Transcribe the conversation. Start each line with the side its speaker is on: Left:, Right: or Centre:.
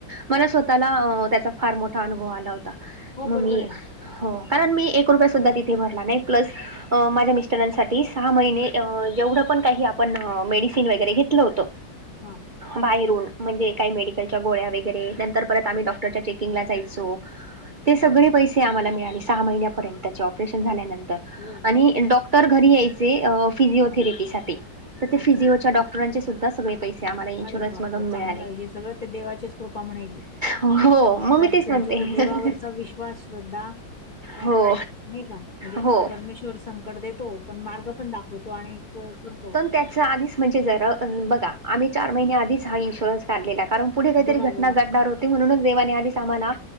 Right: मला स्वतःला त्याचा फार मोठा अनुभव आला होता.
Left: हो,
Right: मग
Left: बरोबर
Right: मी,
Left: आहे ना.
Right: हो. कारण मी एक रुपया सुद्धा तिथे भरला नाही प्लस माझ्या मिस्टरांसाठी सहा महिने जेवढं पण काही आपण मेडिसिन वगैरे घेतलं होतं
Left: हा
Right: बाहेरून म्हणजे काही मेडिकलच्या गोळ्या वगैरे नंतर परत आम्ही डॉक्टरच्या चेकिंगला जायचो ते सगळे
Left: हां, हां,
Right: पैसे
Left: हां.
Right: आम्हाला मिळाले सहा महिन्या-पर्यंतचे ऑपरेशन झाल्यानंतर
Left: हो का?
Right: आणि डॉक्टर तर घरी यायचे फिजिओथेरपी
Left: हं.
Right: साठी तर ते फिजिओच्या
Left: अच्छा.
Right: डॉक्टरांचे सुद्धा सगळे पैसे आम्हाला इन्शुरन्स
Left: अरे बापर
Right: मधून मिळाले
Left: चांगलं हे सगळं ते देवाचीच कृपा म्हणायची
Right: हो मग
Left: नाही
Right: मी तेच
Left: तुमची
Right: म्हणते
Left: तर देवावरचा विश् वास श्रद्धा काय
Right: हो
Left: नाही का म्हणजे
Right: हो
Left: परमेश्वर संकट देत हो पण मार्ग पण दाखवतो आणि करतो
Right: त्याच आधीच म्हणजे जरा बघा आम्ही चार महिनने आधीच हा इन्शुरन्स काढलेला कारण पुढे काहीतरी
Left: बघा
Right: घटना
Left: बरं,
Right: घडणार होती म्हणूनच देवाने आली आम्हाला